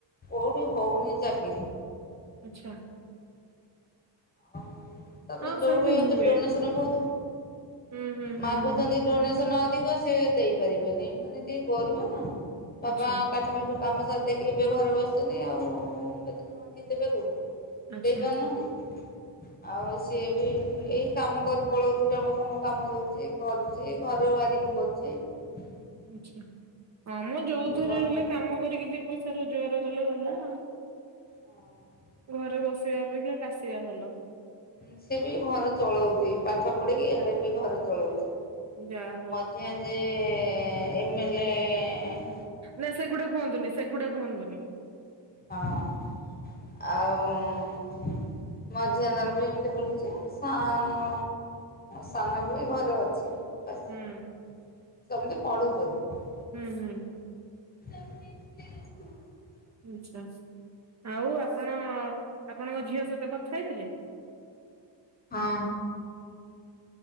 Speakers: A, on the left; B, on the right.
A: କଉଠି ହଉନି ଚାକିରି।
B: ଆଚ୍ଛା
A: ଆଉ ତା'ପରେ
B: ହଁ
A: ଯୋଉଠି
B: ସେମିତି
A: ହଉଚି
B: ହୁଏ
A: ଡୋନେସନ ବହୁତୁ।
B: ହୁଁ ହୁଁ ହୁଁ
A: ମାଗୁସନ୍ତି
B: ହୁଁ
A: ଡୋନେସନ ଅଧିକ ସେ ଦେଇପାରିବେନି। ମାନେ ଟିକେ ଗରିବ ନା! ବାପା
B: ଆଚ୍ଛା
A: କାଠ ମିଣ୍ଡୀ କାମ ସାରି ଦେଇକି ଏବେ ଘରେ ବସିଛନି ଆଉ-ଉ-ଉ। ଏତେ ତ ଆଣିଦେବେ କୋଉଠୁ?
B: ଆଚ୍ଛା
A: ଦେଇ ପାରୁନାହାଁନ୍ତି। ଆଉ ସିଏ ବି ଏଇ କାମ କରି ପଳଉଛି। ରଙ୍ଗ ଫଙ୍ଗ କାମ ଦଉଛି, କରୁଛି ଘର ୱାରିଂ କରୁଚି ।
B: ଆଛା, ହଁ ମ ଯୋଉଥିରେ
A: କରୁଛି
B: ହେଲେ କାମ କରିକି ଦି ପଇସା ରୋଜଗାର ଗଲେ ଗଲା। ହଁ।
A: ହଁ
B: ଘରେ ବସିବା ଅପେକ୍ଷା କାଶିବା ଭଲ।
A: ହୁଁ, ସେ ବି ଘର ଚଳଉଚି। ପାଠ ପଢିକି ଆଡେ ବି ଘର ଚଳଉଚି।
B: ଯାହା
A: ଆଉ
B: ହଉ
A: ମଝିଁଆ ଯିଏ-ଏ -ଏ ଏମ୍ ଏଲ୍ ଏଁ -ଏଁ
B: ନା, ସେଗୁଡା କୁହନ୍ତୁନି। ସେଗୁଡା କୁହନ୍ତୁନି।
A: ହଁ ଆଉଁ ମଝିଁଆ ଟାବି ଏମିତି ବୁଲୁଛି। ସାନ-ଅ ସାନ ବି ଘରେ ଅଛି। ବସଚି,
B: ହୁଁ
A: ସେମିତି ପଢୁଚନ୍ତି।
B: ହୁଁ ହୁଁ।
A: <inaudible>
B: ଆଛା, ଆଉ ଆପଣ ଆପଣଙ୍କ ଝିଅ ସହିତ କଥା ହେଇଥିଲେ?
A: ହଁ।